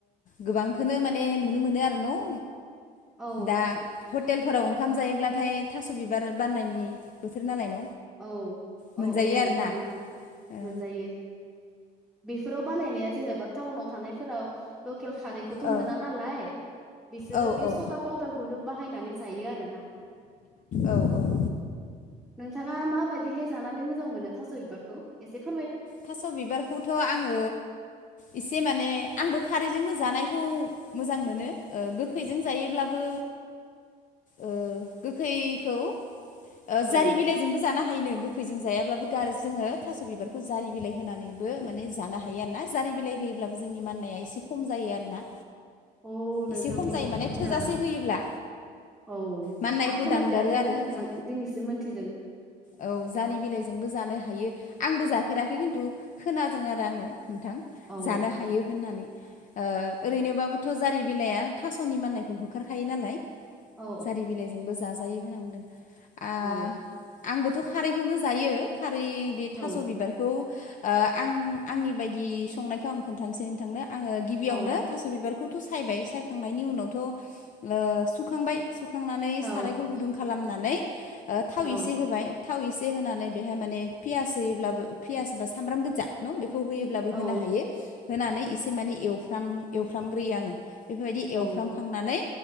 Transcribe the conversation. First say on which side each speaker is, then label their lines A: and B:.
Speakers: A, on the left; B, in the centre.
A: गोबांखौनो माने नुनो मोनो आरो न' ओ
B: औ
A: दा हटेलफोराव ओंखाम जायोब्लाथाय थास' बिबार बारनायनि बोथोर नालाय न'
B: औ
A: मोनजायो
B: औ औ नंगौ
A: आरोना
B: नोंथां
A: ओ
B: मोनजायो। बे- फोराव बानायनाया जेनेबा टाउनाव थानायफोराव लकेल खारैखौथ'
A: औ
B: मोना नालाय बिसोरो
A: औ
B: बे
A: औ
B: सदा पाउदारखौनो बाहायनानै जायो आरो ना।
A: औ औ
B: नोंथाङा माबायदिहाय जानानै मोजां मोनो थास' बिबारखौ एसे फो-
A: थास' बिबारखौथ' आङो एसे माने आंबो खारैजोंनो जानायखौ मोजां मोनो गोखैजों जायोब्लाबो ओ गोखैखौ ओ जारि
B: औ
A: बिलाइजोंबो जानो हायोनो गोखैजों जायाब्लाबो ग जोङो थास' बिबारखौ जोंङो जारि बिलाइ होनानैबो माने जानो हायो आरो ना जारि बिलाइ होयोब्लाबो जोंनि माननाया एसे खम जायो आरो ना।
B: औ नोंथां
A: एसे खम जायो माने
B: बिदि
A: थोजासे
B: नामा
A: होयोब्ला।
B: औ
A: माननायखौ
B: आं खोनाफेराखैमोन
A: दानगारो आरो
B: नोंथां दिनैसो मोनथिदों।
A: औ जारि बिलाइजोंबो जानो हायो। आंबो जाफेराखै खिन्थु खोनादों आरो आङो नोंथां
B: औ
A: जानो हायो होननानै। ओ ओरैनोबाबोथ' जारि बिलाइया थास'नि माननायखौ होखारखायो नालाय। जारि
B: औ
A: बिलाइजोंबो जाजायो होनना बुंदों। आ
B: औ
A: आंबो- थ' खारैखौनो जायो खारै बे
B: औ
A: थास' बिबार- खौ‌ ओ आं-आंनि बायदि संनायखौ आं खोन्थानोसै नोंथांनो। आङो गिबियावनो
B: औ
A: थास' बिबारखौथ' सायबाय सायखांनायनि उनावथ' ओ सुखांबाय। सुखांनानै
B: औ
A: सारायखौ गुदुं खालामनानै थाव
B: औ
A: एसे होबाय। थाव इसे होनानै बेहाय माने पियास होयोब्लाबो पियास बा सामब्राम गोजा न' बेखौ खौ होयोब्लाबो
B: औ
A: होनो हायो होनानै एसे माने एवफ्राम एवफ्रामग्रोयो आङो। बेफोरबायदि
B: औ
A: एवफ्रामखांनानै